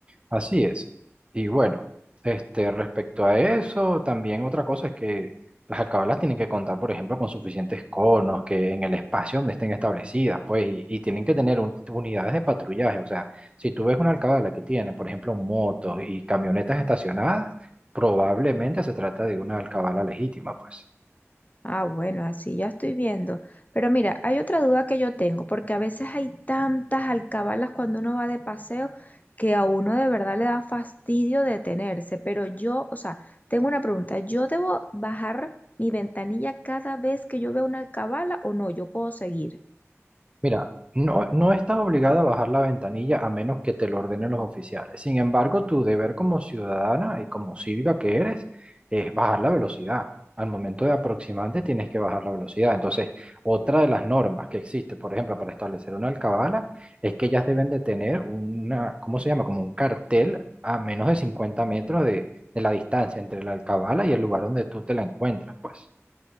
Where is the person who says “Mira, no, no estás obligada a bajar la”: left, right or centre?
Right